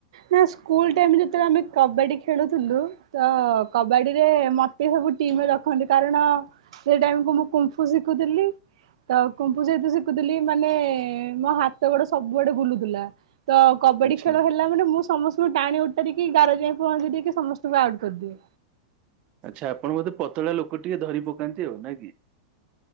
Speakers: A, on the right (about 70°); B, on the right (about 30°).
A: ନା ସ୍କୁଲ ଟାଇମ ଯେତେବେଳେ ଆମେ କବାଡ଼ି ଖେଳୁଥିଲୁ ତ କବାଡ଼ି ରେ ମତେ ହ ବୁ ଟିମରେ ରଖନ୍ତି କାରଣ ସେ ଟାଇମ୍ କୁ ମୁଁ କୁମ୍ଫୁ ଶିଖୁଥିଲି ତ କୁମ୍ପୁ ସେଇଠୁ ଶିଖୁଥିଲି ମାନେ ମୋ ହାତ ଗୋଡ ସବୁ ଆଡ଼େ ବୁଲୁଥିଲା ତ କବାଡି
B: ଆଚ୍ଛା
A: ଖେଳ ହେଲା ମାନେ ମୁଁ ସମସ୍ତଙ୍କୁ ଟାଣି ଉଟାରିକି ଗାର ଯାଇ ପହଞ୍ଚି ଦେଇକି ସମସ୍ତଙ୍କୁ ଆଉଟ୍ କରିଦିିଏ।
B: ଆଚ୍ଛା ଆପଣ ବୋଧେ ପତଳା ଲୋକ ଟିଏ ଧରି ପକାନ୍ତି ଆଉ ନା କି?